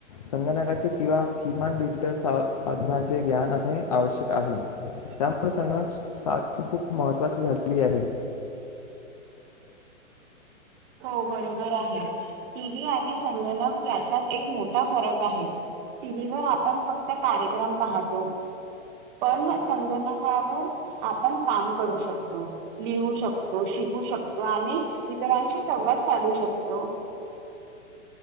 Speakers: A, on the left (about 30°); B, on the right (about 40°).
A: संगणकाचे किंवा किमान डिजिटल साधनाचे ग्यान असणे आवश्यक आहे
B: हम् <unintelligible>
A: मुळेण <unintelligible> संगणक साक्ष <unintelligible> खूप महत्त्वाची झालेली आहे
B: हो बरोबर आहे टीव्ही आणि संगणक याचात एक मोठा फरक आहे टी व्ही वर आपण फक्त कार्यक्रम पाहतो पण संगणकावर आपण काम करू शकतो लिहू शकतो श शिक <unintelligible> शकतो आणि इतरांशी संवाद साधू शकतो